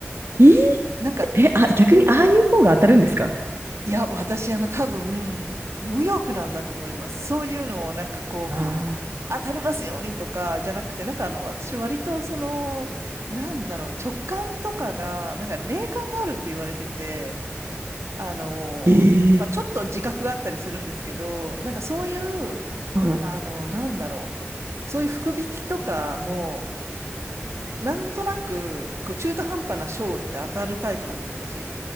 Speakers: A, on the right; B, on the right.
A: えー
B: なんか、
A: え、あ、
B: それね、
A: 逆にああいう方が当たるんですか
B: いや、私、あの、多分、無欲なんだと思います。そういうのを、なんかこう、
A: ああ
B: 当たりますようにとか、じゃなくて、なんかあの、私、割と、その、なんだろう、直感とかが、なんか霊感があるって言われてて、あの、
A: ー。ええ。
B: まあ、ちょっと自覚があったりするんですけど、なんかそういう、
A: は
B: あの、なんだろう、そういう福引きとかも、なんとなく、こう中途半端な賞って当たるタイプなんですよ、私。